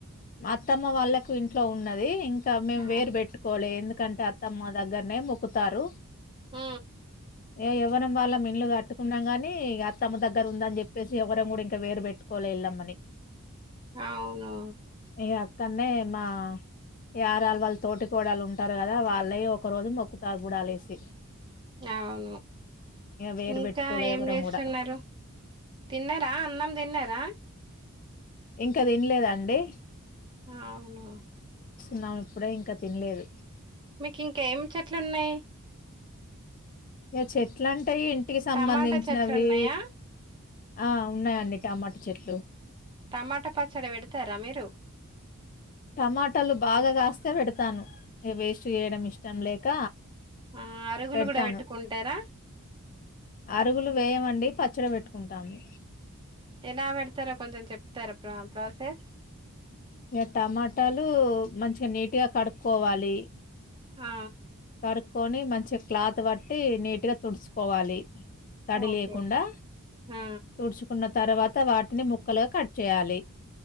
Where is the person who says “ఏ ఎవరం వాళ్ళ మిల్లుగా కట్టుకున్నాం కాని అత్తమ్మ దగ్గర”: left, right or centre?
Left